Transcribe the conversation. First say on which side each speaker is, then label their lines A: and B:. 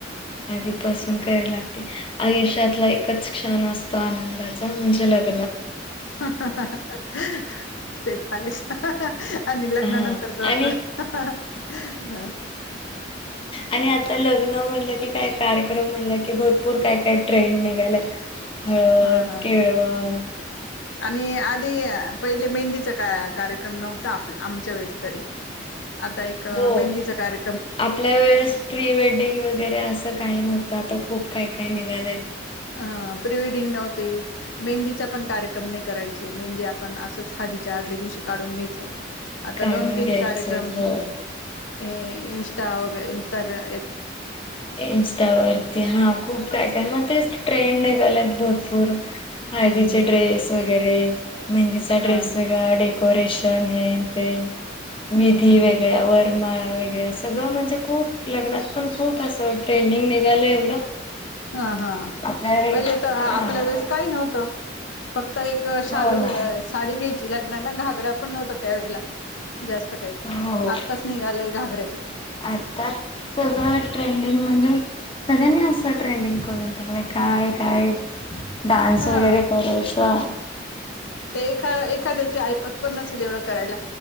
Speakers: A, on the left; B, on the left.
A: आधीपासून कराय लागते आयुष्यातला एकच क्षण असतो तो आनंदाचा म्हणजे लग
B: ह हाहाहा हं ह् तेच आहेच हहा हा हा आणि लग्नानंतर
A: हा
B: कळत
A: आणि
B: हहाहा
A: आणि आता लग्न म्हणलं की काय कार्यक्रम की भरपूर काय काय ट्रेंड निघाले हळद
B: ह हा
A: केळवण
B: आणि आधी पहिले मेहंदीचा का कार्यक्रम नव्हता आप आमच्या वेळेस तरी एक
A: हो
B: मेंदीचा कार्य
A: आपल्या वेळेस प्री वेडिंग वगैरे असं काही नव्हतं आता खूप काय काय निघाले
B: अ प्रीवेडिंग नव्हती मेहंदीचा पण कार्यक्रम नाही करायचा मेंदी आपण असंच हधीच्या आदल्या दिवशी काढून घ्या आता
A: काढून
B: दोन तीन
A: घ्यायचो
B: कार्यक्रम
A: हो
B: हे इंस्टा व इस्टाग्रा
A: इं्स्टावरती हा खूप काय काय मग ते ट्रेंड निघालात भरपूर हळदीचे
B: हम्म हम्म
A: ड्रेस वगैरे मेहंदीचा
B: हा
A: ्रेस वा डे डेकोरेशन हे ते
B: हम्म
A: विधी वेगळ्यावर माळ वगैर सगळं म्हणजे खूप लग्नात पण खूप असं ट्रेंडिंग निघालं एवढं
B: हा हा
A: आपल्या
B: पहिले तर आपल्या
A: हा
B: वेळेस काही नव्हतं फक्त आता एक शालू
A: हो ना
B: साडी घ्यायची लग्नाला घागरा पण नव्हता त्यावेेळेला जास्त काही
A: हो.
B: आत्ताच निघाले घागर
A: आता सगळं ट्रेंडिंग म्हणजे सगळ्यांनी अस. ट्रेंडिंग करून टाकलाय काय काय? डान्स
B: हा
A: वगैरे करायचा.
B: ते एखा एखाद्याची आईपत पण नसेल एवढं करायला